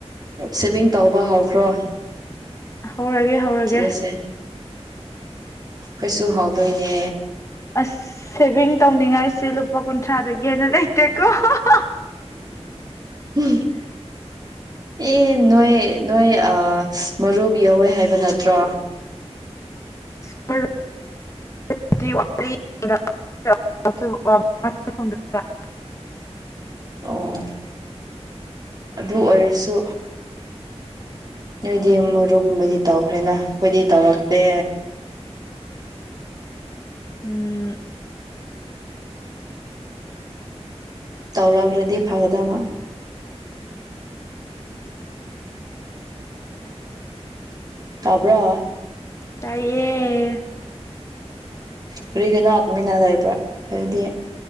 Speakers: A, on the right; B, on the left.
A: ꯁꯦꯚꯤꯡ ꯇꯧꯕ ꯍꯧꯈ꯭ꯔꯣ
B: ꯍꯧꯔꯒꯦ ꯍꯧꯔꯒꯦ
A: ꯆꯠꯂꯁꯦ ꯀꯩꯁꯨ ꯍꯥꯎꯗꯣꯏꯅꯦ
B: ꯑꯁ ꯁꯦꯚꯤꯡ ꯇꯧꯅꯤꯡꯉꯥꯏꯁꯦ ꯂꯨꯄꯥ ꯀꯨꯟꯊ꯭ꯔꯥꯗꯒꯤ ꯍꯦꯟꯅ ꯂꯩꯇꯦꯀꯣ ꯍꯥ ꯍꯥ
A: ꯎꯝ ꯑꯦ ꯅꯣꯏ ꯅꯣꯏ ꯑ ꯃꯔꯨꯞ ꯌꯧꯋꯦ ꯍꯥꯏꯕ ꯅꯠꯇ꯭ꯔꯣ
B: ꯁꯄ꯭ꯔ <inaudible> <inaudible>
A: ꯑꯣ ꯑꯗꯨ ꯑꯣꯏꯔꯁꯨ ꯅꯣꯏꯗꯤ ꯃꯔꯨꯞꯒꯨꯝꯕꯗꯤ ꯇꯧꯈ꯭ꯔꯦꯅ ꯑꯩꯈꯣꯏꯗꯤ ꯇꯧꯔꯛꯇꯦ
B: ꯎꯝ
A: ꯇꯧꯔꯛꯔꯗꯤ ꯐꯒꯗꯕ ꯇꯥꯕ꯭ꯔꯣ
B: ꯇꯥꯏꯌꯦ
A: ꯀꯔꯤꯒꯤꯅꯣ ꯇꯨꯃꯤꯟꯅ ꯂꯩꯕ꯭ꯔꯥ ꯑꯗꯨꯗꯤ